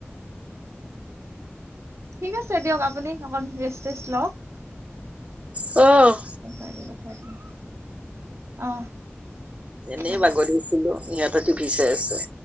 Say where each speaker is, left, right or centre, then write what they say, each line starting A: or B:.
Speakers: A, on the right; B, on the right.
A: ঠিক আছে দিয়ক আপুনি অকণ ৰেষ্ট চেষ্ট লওক
B: অ
A: <unintelligible> অ
B: এনেই
A: দিয়ক
B: বাগৰি আছিলো ইয়াতে টিভি চাই আছে